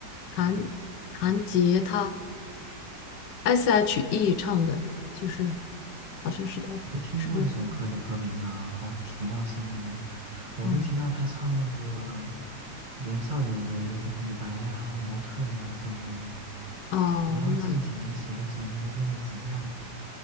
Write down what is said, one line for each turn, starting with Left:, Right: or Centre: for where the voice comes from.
Left: 弹弹吉他。S.H.E 唱的，就是好像是他，
Right: 没听过这首歌的歌名啊，
Left: 是不是？
Right: 好，挺陌生的。我就听到他唱那个
Left: 哦
Right: “年少有为”、李白呀、模特呀之类的。
Left: 哦，
Right: 然后近几年写了首那个《乌梅子酱》，
Left: 那